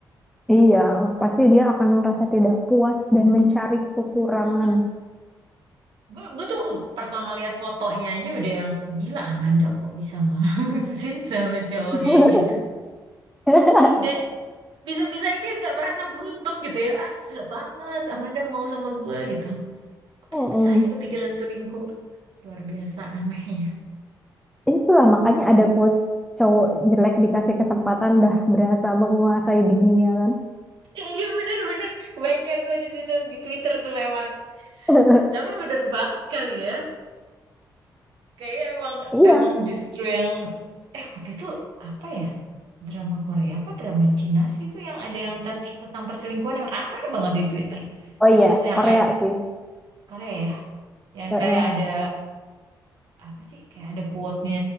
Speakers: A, in the centre; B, on the right.
A: Iya, pasti dia akan merasa tidak puas dan mencari kekurangan.
B: Mm-mm. Gue gue tuh waktu pertama lihat fotonya aja udah yang gila Amanda kok bisa mau <laughs> sih sama cowok
A: Iya.
B: kayak gitu.
A: <laughs> <laughs>
B: Dan bisa-bisa dia nggak merasa beruntung gitu ya. Ah gila banget Amanda mau sama gue gitu. Kok
A: Mm-mm.
B: Bisa-bisanya kepikiran selingkuh. Luar biasa anehnya.
A: Itulah makanya ada quotes cowok jelek dikasih kesempatan dah berasa menguasai dunia kan.
B: Iya bener-bener baca gue di situ di Twitter tuh lewat.
A: <laughs>
B: Tapi bener banget kali ya. Kayaknya emang
A: Iya.
B: emang justru yang eh waktu itu apa ya drama Korea apa drama Cina sih itu yang ada yang tet- tentang perselingkuhan yang rame banget di Twitter.
A: Oh iya,
B: Terus yang
A: Korea
B: ada,
A: sih.
B: Korea ya, yang
A: Heeh.
B: kayak ada apa sih kayak ada quote-nya